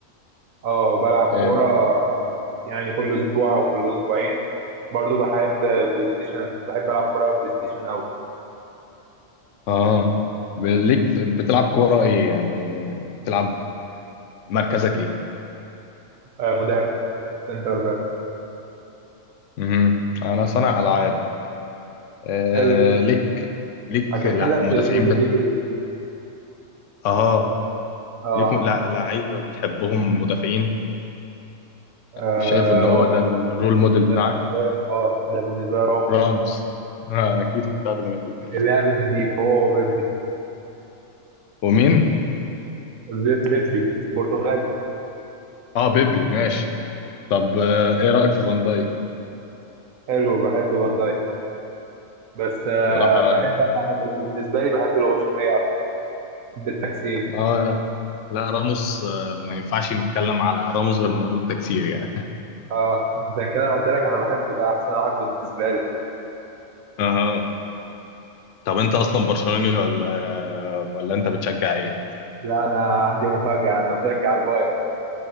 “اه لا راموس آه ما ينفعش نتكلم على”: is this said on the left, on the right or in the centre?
Left